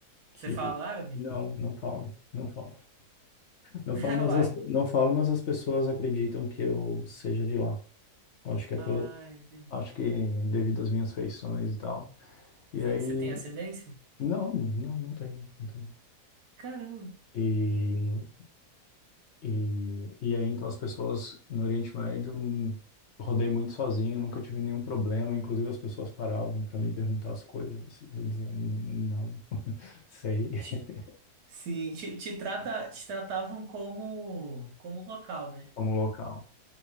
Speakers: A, on the left; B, on the right.
A: que
B: Você fala árabe?
A: não, não falo, não falo. Não
B: <laughs>
A: falo, mas
B: Uai.
A: as, não falo, mas as pessoas acreditam que eu seja de lá. Eu Acho que é
B: Ah,
A: pela,
B: entendi.
A: acho que devido às minhas feições e tal. E
B: Sim,
A: aí,
B: você tem ascendência?
A: não, não, não tem, não tem, não
B: Caramba.
A: tem. E, e aí, então, as pessoas no Oriente Médio, hum, rodei muito sozinho, nunca tive nenhum problema. Inclusive, as pessoas paravam para me perguntar as coisas. E eu dizia, não sei <laughs>
B: Te- sim, te, te trata, te tratavam como, como local, né?
A: como local.